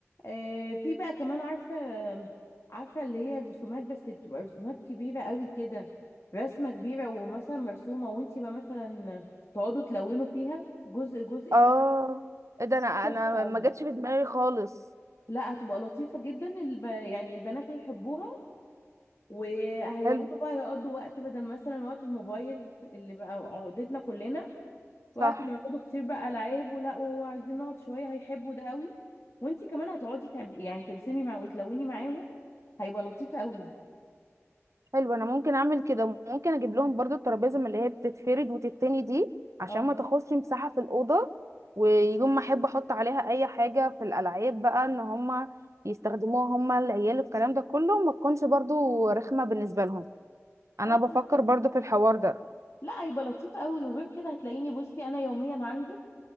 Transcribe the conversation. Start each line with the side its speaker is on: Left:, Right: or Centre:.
Left: آه في بقى كمان عارفه عارفه اللي هي الرسومات بس بتبقى رسومات كبيره قوي كده رسمه كبيره ومثلا مرسومه وانت بقى مثلا تقعدوا تلونوا فيها جزء جزء
Right: اه
Left: كده
Right: ايه ده انا
Left: تحفه
Right: انا
Left: قوي
Right: ما جاتش في دماغي خالص
Left: لا هتبقى لطيفه جدا الب... يعني البنات هيحبوها وهيقعدوا
Right: حلو
Left: بقى يقضوا وقت بدل مثلا وقت الموبايل اللي بقى عقدتنا كلنا وقت
Right: صح
Left: ما يقعدوا كتير بقى العاب ولا وهو عايزين نقعد شويه هيحبوا ده قوي وانتي كمان هتقعدي تعملي يعني ترسمي مع وتلوني معاهم هيبقى لطيف قوي
Right: حلو انا ممكن اعمل كده ممكن اجيب لهم برضو الترابيزه من اللي هي بتتفرد وتتني دي عشان
Left: اه
Right: ما تاخدش مساحه في الاوضه ويوم ما احب احط عليها اي حاجه في الالعاب بقى ان هم يستخدموها هم العيال الكلام ده كله ما تكونش برضو رخمه بالنسبه لهم انا
Left: اه
Right: بفكر
Left: بالظبط.
Right: برضو في الحوار ده
Left: لا هيبقى لطيف قوي وغير كده هتلاقيني بصي انا يوميا عندي